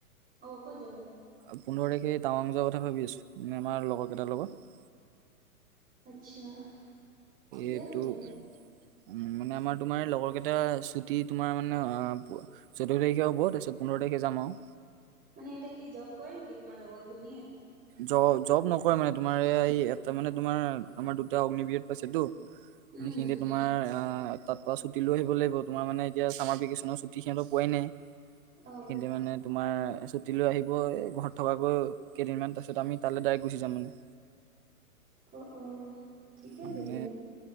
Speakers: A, on the right; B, on the right.
A: অ' ক'ত যাবা?
B: পোন্ধৰ তাৰিখে এই টাৱাং যোৱা কথা ভাবি আছোঁ, মানে আমাৰ লগৰ কেইটাৰ লগত।
A: আচ্ছা, ঠিকে
B: এইটো
A: আছে তেন্তে।
B: উম, মানে আমাৰ তোমাৰ লগৰ কেইটা ছুটি তোমাৰ মানে অ' চৈধ্য তাৰিখে হ'ব তাৰপিছত পোন্ধৰ তাৰিখে যাম আৰু।
A: মানে ইয়াতে কি জব কৰে নেকি তোমাৰ লগৰ খিনিয়ে?
B: জ-জব নকৰে মানে তোমাৰ এটা মানে তোমাৰ আমাৰ দুটা অগ্নিবীৰত পাইছেতো।
A: উম
B: মানে সিহঁতে তোমাৰ আ তাৰপা ছুটি লৈ আহিব লাগিব, তোমাৰ মানে এতিয়া চামাৰ ভেকেচনৰ ছু টি সিহঁতে পোৱাই, নাই
A: অ
B: কিন্তু মানে তোমাৰ ছুটী লৈ আহিব এ ঘৰত থকাকৈ কেইদিনমান, তাৰপাছত আমি তালৈ ডাইৰেক্ট গুচি যাম মানে।
A: অ অ ঠিকে
B: মানে
A: আছে তেনে